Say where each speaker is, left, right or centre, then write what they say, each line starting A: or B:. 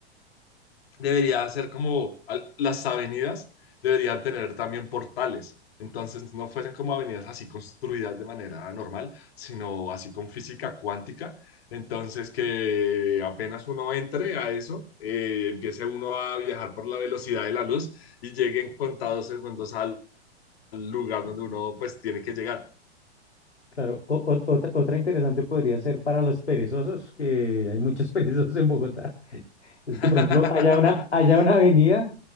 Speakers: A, on the left (about 65°); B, on the left (about 85°).
A: debería ser como al- las avenidas deberían tener también portales. Entonces no fuesen como avenidas así construidas de manera normal, sino así con física cuántica. Entonces que apenas uno entre a eso, eh, empiece uno a viajar por la velocidad de la luz y llegue en contados segundos al lugar donde uno pues tiene que llegar.
B: Claro, o- ot- otra, otra interesante podría ser para los perezosos, que hay muchos <laughs> perezosos en Bogotá. Es
A: <laughs>
B: que, por ejemplo, haya una, haya una avenida